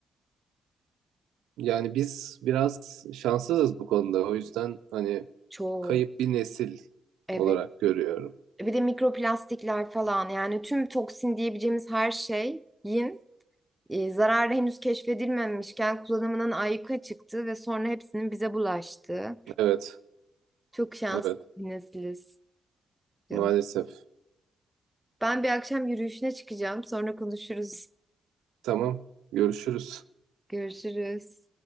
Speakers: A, on the right (about 75°); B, in the centre.
A: Yani biz biraz şanssızız bu konuda. O yüzden hani
B: Çok.
A: kayıp bir nesil
B: Evet.
A: olarak görüyorum.
B: Bir de mikroplastikler falan yani tüm toksin diyebileceğimiz her şeyin e, zararı henüz keşfedilmemişken kullanımının ayyuka çıktığı ve sonra hepsinin bize bulaştığı.
A: Evet,
B: Çok şanslı
A: evet
B: bir nesiliz
A: maalesef.
B: canım. Ben bir akşam yürüyüşüne çıkacağım. Sonra konuşuruz.
A: Tamam, görüşürüz.
B: Görüşürüz.